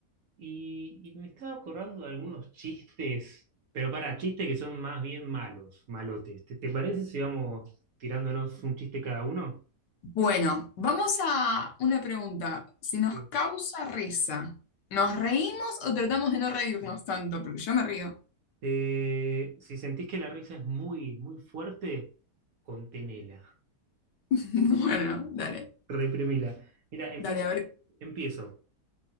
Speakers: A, on the right; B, on the left.
A: Y, y me estaba acordando de algunos chistes, pero para chistes que son más bien malos, malotes. ¿Te, te parece si vamos tirándonos un chiste cada uno?
B: Bueno, vamos a una pregunta. Si nos
A: Sí.
B: causa risa, ¿nos reímos o tratamos de no reírnos tanto? Porque yo me río.
A: Eh, si sentís que la risa es muy, muy fuerte, contenela,
B: <laughs> Bueno, dale,
A: reprimila. Mira, empiezo.
B: dale, a ver,
A: empiezo.